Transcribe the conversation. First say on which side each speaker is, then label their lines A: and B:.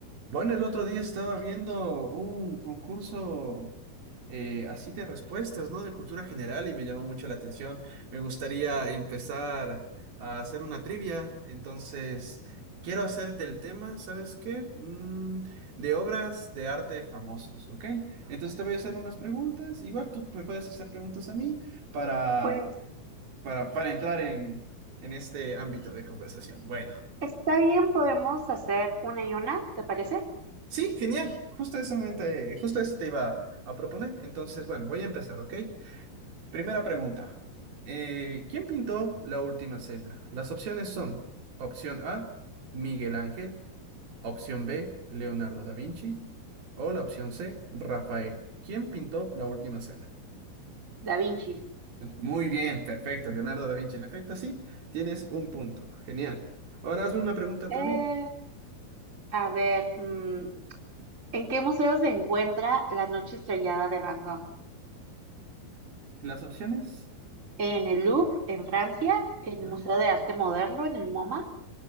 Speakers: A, on the right; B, on the right.
A: Bueno, el otro día estaba viendo un concurso eh, así de respuestas, ¿no? De cultura general y me llamó mucho la atención. Me gustaría empezar a hacer una trivia, entonces quiero hacer del tema, ¿sabes qué? Mm, de obras de arte famosos, ¿ok? Entonces te voy a hacer unas preguntas. Igual tú me puedes hacer preguntas a mí para,
B: Pues
A: para, para entrar en, en este ámbito de conversación. Bueno.
B: está bien, podemos hacer una y una, ¿te parece?
A: Sí, genial. Justo eso, mente- justo eso te iba a proponer. Entonces, bueno, voy a empezar, ¿ok? Primera pregunta. Eh, ¿quién pintó la última cena? Las opciones son opción A, Miguel Ángel, opción B, Leonardo da Vinci o la opción C, Rafael. ¿Quién pintó la última cena?
B: Da Vinci.
A: Muy bien, perfecto, Leonardo da Vinci. En efecto, sí, tienes un punto. Genial. Ahora hazme una pregunta
B: Eh,
A: tú a mí.
B: a ver, mm, ¿en qué museo se encuentra La Noche Estrellada de Van Gogh?
A: ¿Y las opciones?
B: ¿En el Louvre, en Francia? ¿En
A: Ya.
B: el Museo de Arte Moderno, en el MoMA?